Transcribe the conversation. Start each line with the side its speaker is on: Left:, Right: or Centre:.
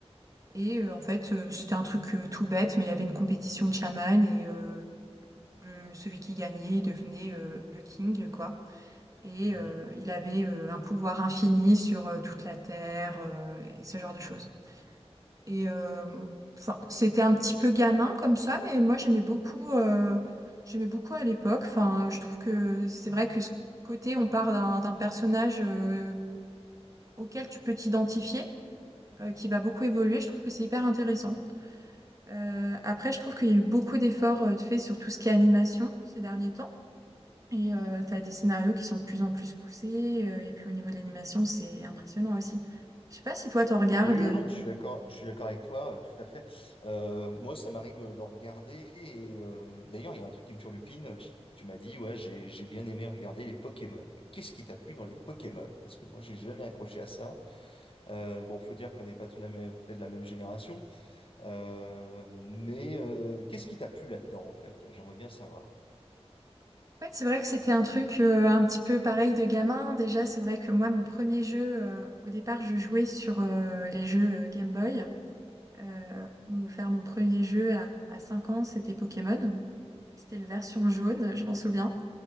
Right: Et euh, en fait, euh, c'était un truc euh, tout bête, mais il y avait une compétition de chamans et euh, le- celui qui gagnait il devenait euh, le king, quoi. Et
Left: Mhm.
Right: euh, il avait euh, un pouvoir infini sur euh, toute la terre euh, et ce genre de choses. Et euh, enfin, c'était un petit peu gamin comme ça, mais moi j'aimais beaucoup, euh, j'aimais beaucoup à l'époque. Enfin, je trouve que c'est vrai que ce côté, on part d'un d'un personnage euh, auquel tu peux t'identifier, euh, qui va beaucoup évoluer. Je trouve que c'est hyper intéressant. Euh, après, je trouve qu'il y a eu beaucoup d'efforts euh, de faits sur tout ce qui est animation ces derniers temps. Et tu as des scénarios qui sont de plus en plus poussés. euh, et puis au niveau de l'animation, c'est impressionnant aussi. Je sais pas si toi, t'en regardes.
Left: Oui, non, non, je suis d'accord, je suis d'accord avec toi, euh, tout à fait. Euh, moi, ça m'arrive euh, d'en regarder et euh, d'ailleurs, il y a un truc qui me turlupine. Tu, tu m'as dit, ouais, j'ai j'ai bien aimé regarder les Pokémon. Qu'est-ce qui t'a plu dans les Pokémon? Parce que moi, j'ai jamais accroché à ça. Euh, bon, faut dire qu'on n'est pas tout la même, fait de la même génération, Euh, mais euh, qu'est-ce qui t'a plu là-dedans, en fait? J'aimerais bien savoir.
Right: Ouais, c'est vrai que c'était un truc euh, un petit peu pareil de gamin. Déjà, c'est vrai que moi, mon premier jeu, euh, au départ, je jouais sur euh, les jeux euh, Game Boy. Euh, on m'a offert mon premier jeu à, à 5 ans, c'était Pokémon. C'était la version jaune, je m'en souviens.